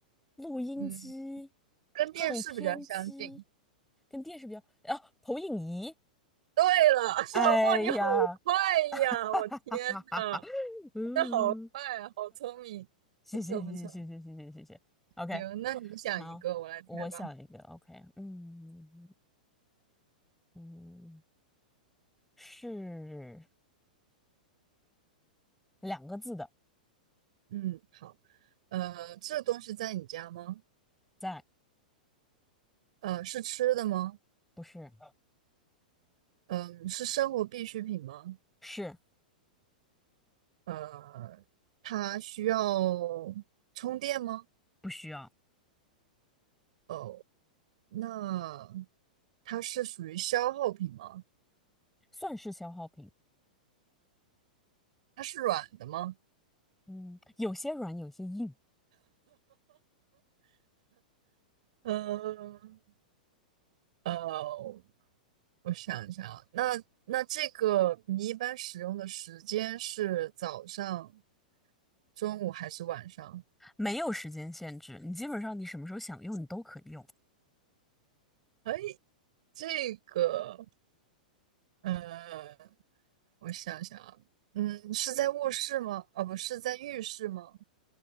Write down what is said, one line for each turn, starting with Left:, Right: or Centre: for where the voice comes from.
Centre: 录音机、
Right: 嗯，跟电视比较相近。
Centre: 唱片机。这是比较，啊，投影仪，
Right: 对了，
Centre: 哎呀，
Right: <laughs> 哇，你好快呀！
Centre: 哈哈哈哈哈哈，
Right: 我天呐，
Centre: 嗯，
Right: 那好快啊，好聪明，
Centre: 谢谢谢谢谢谢谢谢谢谢，OK，
Right: 不错不错。行，那你想一个，
Centre: 好，
Right: 我来猜吧。
Centre: 我想一个，OK，嗯嗯，是两个字的，
Right: 嗯，好。呃，这东西在你家吗？
Centre: 在，
Right: 呃，是吃的吗？
Centre: 不是，
Right: 嗯、是生活必需品吗？
Centre: 是
Right: 呃，它需要充电吗？
Centre: 不需要，
Right: 哦、那它是属于消耗品吗？
Centre: 算是消耗品，
Right: 它是软的吗？
Centre: 嗯，有些软有些硬，
Right: 嗯呃，我想一下啊，那那这个你一般使用的时间是早上、中午还是晚上？
Centre: 没有时间限制，你基本上你什么时候想用你都可以用，
Right: 哎，这个呃我想想啊，嗯，是在卧室吗？哦，不是在浴室吗？